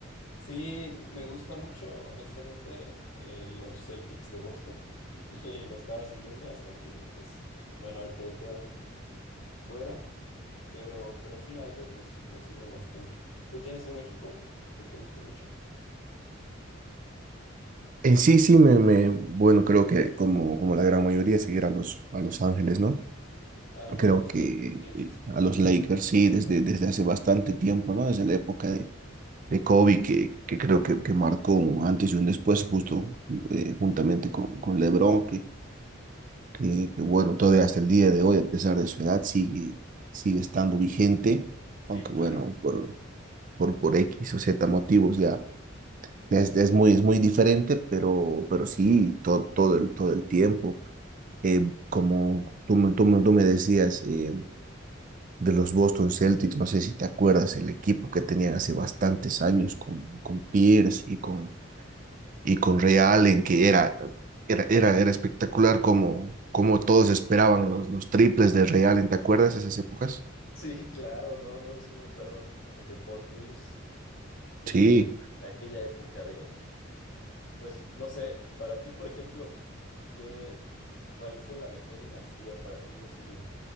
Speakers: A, on the left (about 80°); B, on the right (about 40°).
A: Sí, me gusta mucho, honestamente, eh, los Celtics de Boston. <laughs> Y lo estaba siguiendo hasta que, pues, bueno, ahorita ya quedaron fuera. Pero, pero sí, a ellos los, los sigo bastante. ¿Tú tienes un equipo que te guste mucho?
B: En sí, sí, me, me, bueno, creo que como, como la gran mayoría, seguir a los, a Los Ángeles, ¿no?
A: A
B: Creo
A: los...
B: que
A: Sí,
B: eh,
A: sí, sí.
B: a los Lakers sí,
A: a los
B: desde,
A: Lakers.
B: desde hace bastante tiempo, ¿no? Desde la época de, de Kobe, que, que creo que, que marcó un antes y un después, justo eh, juntamente con, con LeBron, que, que, que, bueno, todavía hasta el día de hoy, a pesar de su edad, sigue, sigue estando vigente,
A: Sí,
B: aunque
A: claro.
B: bueno, por, por, por X o Z motivos ya ya es, es muy, es muy diferente, pero, pero sí, todo, todo, el, todo el tiempo. Eh, como tú, me- tú, me- tú me decías, eh, de los Boston Celtics, no sé si te acuerdas, el equipo que tenían hace bastantes años con, con Pierce y con, y con Ray Allen, que era, era, era, era espectacular como, como todos esperaban los, los triples de Ray Allen, ¿te acuerdas esas épocas?
A: Sí, <laughs> claro, no, no, sí me acuerdo. El de Paul Pierce y
B: Sí.
A: aquella época de, pues, no sé, para ti, por ejemplo, ¿qué, cuál fue la mejor dinastía, por así decirlo?